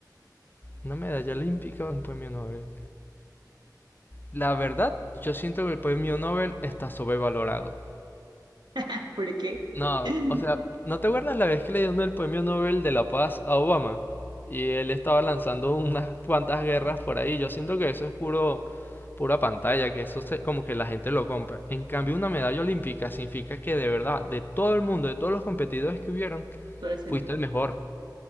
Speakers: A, on the left; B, on the right.
A: Una medalla olímpica, un premio Nobel. La verdad, yo siento que el premio Nobel está sobrevalorado.
B: <laughs> ¿Por qué?
A: No,
B: <laughs>
A: o sea, ¿no te acuerdas la vez que le dieron el premio Nobel de la Paz a Obama? Y él estaba lanzando unas cuantas guerras por ahí. Yo siento que eso es puro, pura pantalla, que eso se- como que la gente lo compra. En cambio, una medalla olímpica significa que de verdad, de todo el mundo, de todos los competidores que hubieron,
B: tú eres
A: fuiste
B: el mejor.
A: el mejor.